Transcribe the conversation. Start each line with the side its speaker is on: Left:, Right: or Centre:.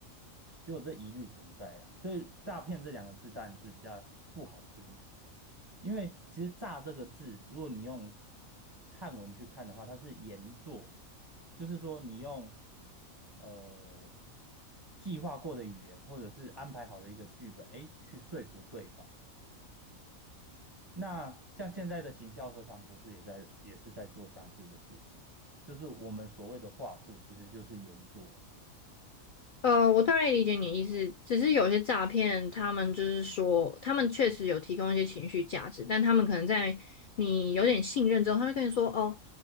Right: 就有这疑虑存在啊。所以诈骗这两个字当然是比较不好听，因为其实“诈”这个字，如果你用汉文去看的话，它是言作，就是说你用呃计划过的语言或者是安排好的一个剧本，哎，去说服对方。那像现在的行销何尝不是也在也是在做相似的事情？就是我们所谓的话术，其实就是言做。
Left: 呃，我大概理解你的意思，只是有些诈骗，他们就是说，他们确实有提供一些情绪价值，但他们可能在你有点信任之后，他会跟你说：“哦，